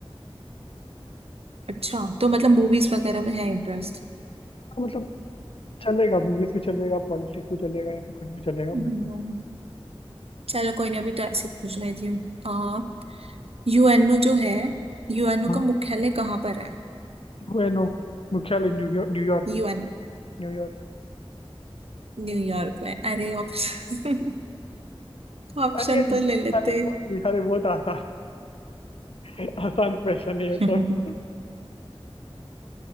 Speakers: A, on the right; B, on the left.
A: अच्छा तो मतलब मूवीज वगैरह में है इंटरेस्ट
B: हाँ, मतलब चलेगा मूवीज भी चलेगा पॉलिटिक्स भी चलेगा या फिर कुछ भी चलेगा
A: हम्म।
B: बिल्कुल
A: चलो कोई ना अभी तो ऐसे पूछ लेती हूँ आ यूएनओ जो है यूएनओ
B: हाँ।
A: का मुख्यालय कहाँ पर है
B: बुएनो मुख्यालय न्यूयॉर्क न्यूयॉर्क
A: यूएनओ
B: न्यूयॉर्क
A: न्यूयॉर्क में अरे ऑप्शन ऑप्शन
B: अरे ये
A: <laughs> तो ले लेते
B: अरे वो ये सारे बहुत आसान <laughs> आसान क्वेश्चन है
A: <laughs>
B: ये सब